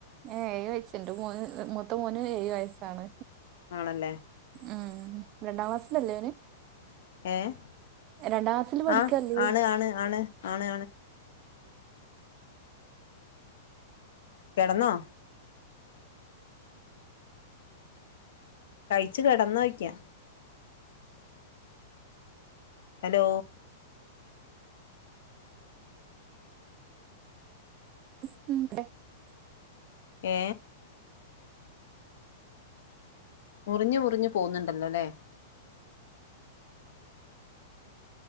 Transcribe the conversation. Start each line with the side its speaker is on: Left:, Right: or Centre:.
Right: ഏ ഏഴ് വയസ്സുണ്ട് മൂ മൊത്തം മോന് ഏഴ് വയസ്സാണ്
Left: ആണല്ലേ
Right: ഉം രണ്ടാം ക്ലാസിലല്ലേ അവന്
Left: ഏഹ്
Right: രണ്ടാം ക്ലാസിൽ പഠിക്കല്ലേ
Left: ആഹ് ആണ് ആണ് ആണ് ആണ് കടന്നോ കഴിച്ചു കിടന്നോക്കാ ഹലോ
Right: <unintelligible>
Left: ഏ മുറിഞ്ഞു മുറിഞ്ഞു പോുന്നുണ്ടല്ലോല്ലേ